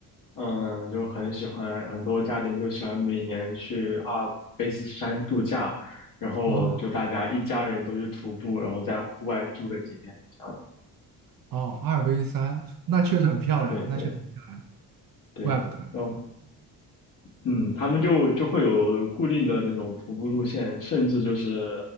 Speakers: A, on the left (about 50°); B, on the right (about 50°).
A: 嗯，就很喜欢，很多家庭就喜欢每年去阿尔卑斯山度假，然后就大家一家人都去徒步，
B: 哦
A: 然后在户外住个几天，这样。
B: 哦，二 v 三，那确实很漂亮，
A: 对对
B: 那确实很漂亮，
A: 对，
B: 怪不得。
A: 然后嗯，他们就就会有固定的那种徒步路线，甚至就是，